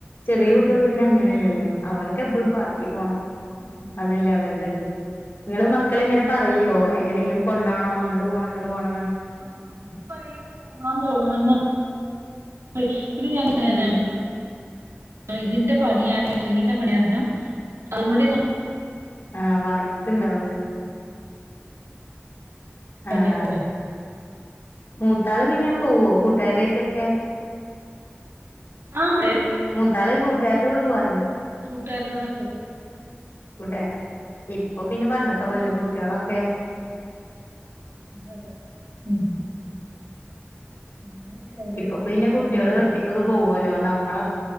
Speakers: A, on the left (about 60°); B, on the right (about 80°).
A: ചെറിയ
B: ആഹ്
A: കുട്ടികൾക്ക് പിന്നെ അങ്ങനെല്ലല്ലോ അവർക്ക്
B: അതെ
A: എപ്പോഴും
B: അതെ.
A: പാർക്കിൽ പോണം
B: ഉം.
A: അതല്ലേ അവര് ണ്ട നിങ്ങള് മക്കള് ഇങ്ങനെ പറയോ എങ്ങടെലും കൊണ്ടോണം അങ്ങട് പോണം ഇങ്ങട് പോണം
B: ആ മകളു പറയും അ പോകാം പോകണംന്ന് <unintelligible>
A: ഉം
B: ആ ഇതിന്റെ പണി കാരണ റിംങ്ങിന്റെ പണി കാരണം അതും കൂടി നോ
A: ആ വർക്ക് ഇണ്ടാവൂലേ ആഹ്
B: എന്റെ പോ
A: മൂത്താള് പിന്നെ പോവോ കൂട്ടുകാരായിറ്റൊക്കെ
B: ആമ്
A: മുത്താള് കൂട്ടുകരുടെ കൂടെ പോവാ
B: കൂട്ടുകാരുടെ കൂടെ പോ
A: കൂട്ടെ ഇപ്പൊ പിന്നെ പണ്ടത്തെ പോലല്ലെ കുട്ടികളൊക്കെ
B: അത ഉം <unintelligible>
A: ഇപ്പ
B: ഇഷ്ടത്തിനാണ്
A: പിന്നെ കുട്ടികള്
B: ഇപ്പൊ പോക്ക്.
A: ഒറ്റക്കൊക്കെ പോവല്ലോ നമ്മള